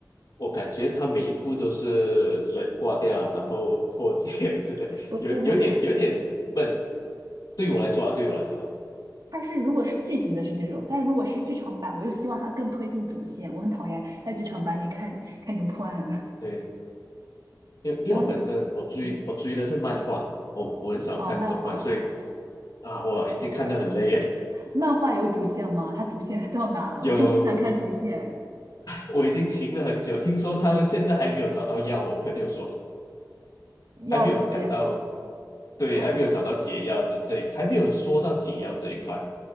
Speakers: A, on the left; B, on the right.
A: 我感觉他每一部都是人挂掉，然后破戒 <laughs> 之类，
B: 不不不不，
A: 有有点有点闷。对我来说啊，对我来说啊，
B: 它是如果是剧集的是这种，但是如果是剧场版，我又希望它更推进主线。我很讨厌在剧场版里看看这种破案的。
A: 对，
B: <laughs>
A: 因为因为我本身我追我追的是漫画，
B: 然后，嗯，
A: 我我很少看动漫，
B: 哦，漫画，
A: 所以啊，我已经看得很累了。
B: 漫画有主线吗？它主线 <laughs> 到哪了？
A: <laughs>
B: 我真的很想看主线
A: 有，我已经停了很久，听说他们现在还没有找到药，我朋友说。
B: 要的解。
A: 还没有讲到，对，
B: 哦
A: 还没有找到解药这这一，还没有说到解药这一块